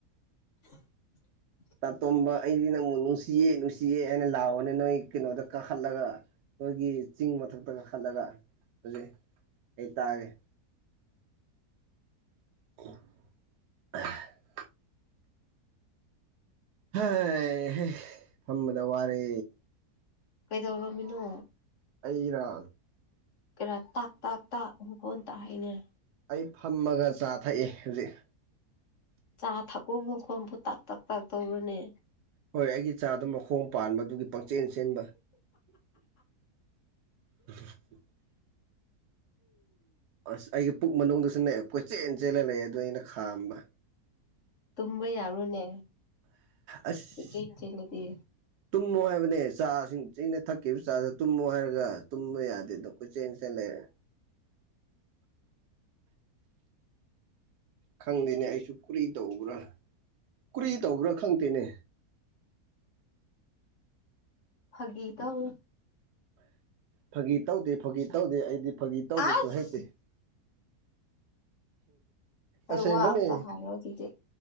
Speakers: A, on the left; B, on the right.
A: <unintelligible>
B: ꯇꯥꯇꯣꯝꯕ ꯑꯩꯗꯤ ꯅꯪꯕꯨ ꯅꯨꯡꯁꯤꯌꯦ ꯅꯨꯡꯁꯤꯌꯦ ꯍꯥꯏꯅ ꯂꯥꯎꯕꯅꯦ ꯅꯣꯏ ꯀꯩꯅꯣꯗ ꯀꯥꯈꯠꯂꯒ ꯃꯣꯏꯒꯤ ꯆꯤꯡ ꯃꯊꯛꯇ ꯀꯈꯠꯂꯒ ꯍꯧꯖꯤꯛ ꯑꯩ ꯇꯥꯒꯦ <unintelligible> ꯍꯥꯏ ꯍꯦ ꯐꯝꯕꯗ ꯋꯥꯔꯦ
A: ꯀꯩꯗꯧꯔꯝꯃꯤꯅꯣ
B: ꯑꯩ ꯔ
A: ꯈꯔ ꯇꯥꯛ ꯇꯥꯛ ꯇꯥꯛ ꯍꯨ ꯍꯣꯟ ꯇꯥ ꯍꯥꯏꯅꯦ
B: ꯑꯩ ꯐꯝꯃꯒ ꯆꯥ ꯊꯛꯏ ꯍꯧꯖꯤꯛ
A: ꯆꯥ ꯊꯛꯄꯕ ꯈꯣꯕꯨ ꯇꯥꯛ ꯇꯛ ꯇꯥꯛ ꯇꯧꯕꯔꯅꯦ
B: ꯍꯣꯏ ꯑꯩꯒꯤ ꯆꯥꯗ ꯃꯈꯣꯡ ꯄꯥꯟꯕ ꯑꯗꯨꯒꯤ ꯄꯪꯆꯦꯟ ꯆꯦꯟꯕ <inaudible> ꯑꯁ ꯑꯩꯒꯤ ꯄꯨꯛ ꯃꯅꯨꯡꯗꯁꯨꯅꯦ ꯀꯣꯏꯆꯦꯜ ꯆꯦꯜꯂ ꯂꯩ ꯑꯗꯨꯗꯣ ꯑꯩꯅ ꯈꯥꯝꯕ
A: ꯇꯨꯝꯕ ꯌꯥꯕꯣꯅꯦ
B: ꯑꯁ
A: ꯀꯣꯏꯆꯦꯟ ꯆꯦꯟ ꯂꯗꯤ꯫
B: ꯇꯨꯝꯃꯣ ꯍꯥꯏꯕꯅꯦ ꯆꯥꯁꯤꯡ ꯆꯅ ꯊꯛꯈꯤꯕ ꯆꯥꯁꯤ ꯇꯨꯝꯃꯣ ꯍꯥꯏꯔꯒ ꯇꯨꯝꯕ ꯌꯥꯗꯦꯗ꯫ ꯀꯣꯢ ꯆꯦꯟ ꯆꯦꯟ ꯂꯩꯔꯦ꯫ ꯈꯪꯗꯦꯅꯦ ꯑꯩꯁꯨ ꯀꯨꯔꯤ ꯇꯧꯕ꯭ꯔꯥ ꯀꯨꯔꯤ ꯇꯧꯕ꯭ꯔꯥ ꯈꯪꯗꯦꯅꯦ꯫
A: ꯐꯒꯤ ꯇꯧ
B: ꯐꯥꯒꯤ ꯇꯧꯗꯦ ꯐꯥꯒꯤ ꯇꯧꯗꯦ ꯑꯩꯗꯤ ꯐꯥꯒꯤ ꯇꯧꯕꯁꯨ
A: ꯑꯁ
B: ꯍꯩꯇꯦ꯫
A: ꯑꯩ
B: ꯑꯁꯦꯡꯕꯅꯤ꯫
A: ꯋꯥ ꯑꯝꯇ ꯍꯥꯏꯔꯣ ꯑꯗꯨꯗꯤ